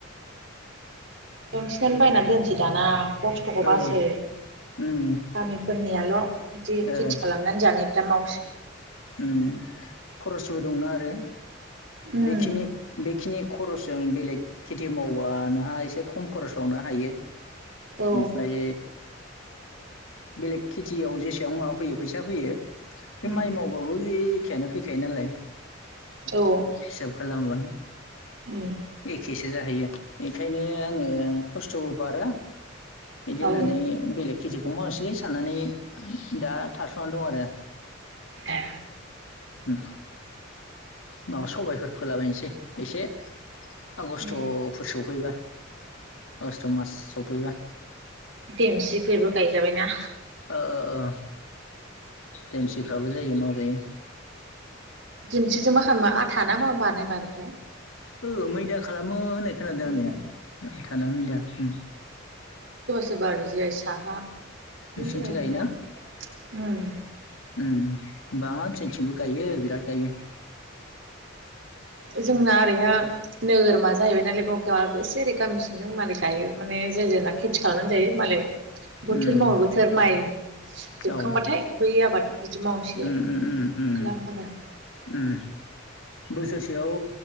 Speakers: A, on the right (about 65°); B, on the left (about 85°).
A: दंसिनानो बायनानै दोनसै दाना। खस्थ'खौ बासो
B: ओ उम
A: गामिफोरनियाल' बिदि
B: ओ
A: खेथि खालामनानै जानाय। दा मावसै
B: उम खरसबो दंना आरो बे
A: उम
B: बेखिनि बेखिनि खरस जों बेलेग खेथि मावबा नोंहा एसे खम खरसावनो हायो
A: औ
B: ओमफ्राय बेलेग खेथियाव जेसां माबा फैयो फैसा फैयो बे
A: उम
B: माइ मावबाबो बे खे यानो फैखायो नालाय
A: औ
B: हिसाब खालामोबा
A: उम
B: खेसो जाहैयो इखायनो आङो खस्थ'बो बारा इदि होननानै
A: औ
B: बेलेग खिदु मोसलै साननानै दा थारथ'ना दं आरो
A: ए
B: उम माबा सबायफोर फोलाबायनसै एसे आगस्टफोर
A: उम
B: सफैबा आगस्ट' मास सफैबा
A: देमसिफोरबो गायजाबायना
B: ओ-ओ-ओ देन्सिफ्राबो जायो मावजायो
A: दिमसिजो मा खामा आथाना मा बानाय मारोथाय
B: ओ मैदा खालामो होनाय खोनादो
A: बिदा
B: आङो आथाना मैदा उम
A: रबा आरो <unintelligible> साहा <unintelligible>
B: नोंसिनिथिं गायोना
A: उम
B: उम बाब जोंनथिंबो गायो बिराद गायो
A: जोंना ओरैहा नोगोरमा जाहैबाय नालाय बकाग एसे ओरै गामि सिंजों मालाय गायो माने जाय ना खेथि खालामनानै जायो मालाय बोथोर
B: उम
A: मावो बोथोर माइ जोबखांबाथाय
B: औ
A: बै आबाद बिदि माव
B: उम
A: एसे
B: उम उम उम
A: खालामो आरो
B: उम बोसोरसेयाव